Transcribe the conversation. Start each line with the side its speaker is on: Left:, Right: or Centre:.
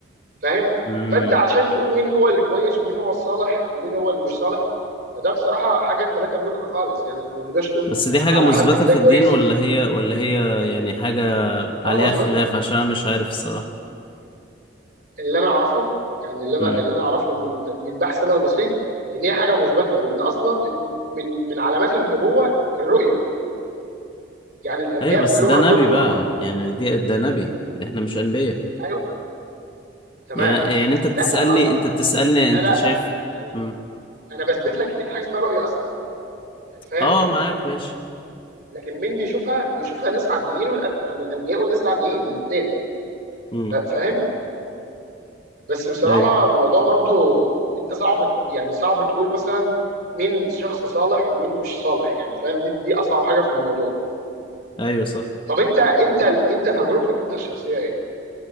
Right: فاهم
Left: امم
Right: فانت عشان تقول مين هو الكويس ومين هو الصالح ومين هو اللي مش صالح فده بصراحه حاجه انت لا تملكها خالص يعني انت ما تقدرش تقول
Left: بس دي حاجة
Right: على
Left: مثبتة
Right: حد ان ده
Left: في
Right: كويس
Left: الدين ولا هي ولا هي يعني حاجة
Right: اه
Left: عليها
Right: مثبته
Left: خلاف عشان أنا مش عارف الصراحة
Right: اللي انا اعرفه يعني اللي انا
Left: امم
Right: اللي انا اعرفه من من بحث انا البسيط ان هي حاجه مثبته وان اصلا إن من من علامات النبوه الرؤيه يعني الانبياء
Left: أيوة بس
Right: كلهم
Left: ده
Right: عندهم
Left: نبي
Right: رؤى
Left: بقى يعني دي ده نبي إحنا مش أنبياء
Right: ايوه تمام
Left: يعني يعني أنت بتسألني
Right: لا انا قصدي
Left: أنت بتسألني
Right: لا
Left: أنت
Right: لا
Left: شايف
Right: انا
Left: امم
Right: انا بثبت لك ان في حاجه اسمها رؤيه اصلا يعني فاهم
Left: أه معاك ماشي
Right: لكن مين بيشوفها بيشوفها ناس عاديين والأب... يعني الانبياء والناس العاديين الاثنين
Left: امم
Right: فاهم بس بصراحه
Left: أيوة
Right: الموضوع برضو انت صعب يعني صعب تقول مثلا مين شخص صالح ومين مش صالح يعني فاهم دي دي اصعب حاجه في الموضوع
Left: أيوة صح
Right: طب انت انت انت تجربتك انت الشخصيه ايه